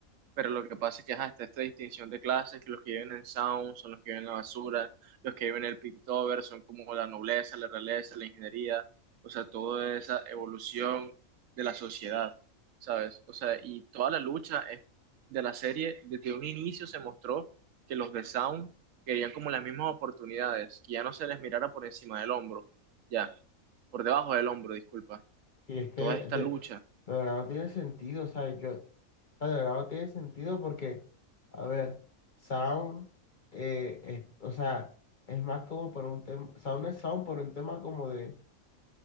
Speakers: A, on the right; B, on the left.
A: Pero lo que pasa es que ajá, está esta distinción de clases, que los que viven en Sound son los que viven en la basura, los que viven en el Piltover son como la nobleza, la realeza, la ingeniería, o sea, toda esa evolución de la sociedad, ¿sabes? O sea, y toda la lucha es- de la serie, desde un inicio se mostró que los de Sound querían como las mismas oportunidades, que ya no se les mirara por encima del hombro, ya, por debajo del hombro, disculpa.
B: Y es que
A: Toda
B: de,
A: esta
B: de
A: lucha.
B: verdad no tiene sentido, ¿sabes? Yo, o sea, de verdad no tiene sentido porque, a ver, Sound, eh, es- o sea, es más como por un tema, Sound es Sound por un tema como de,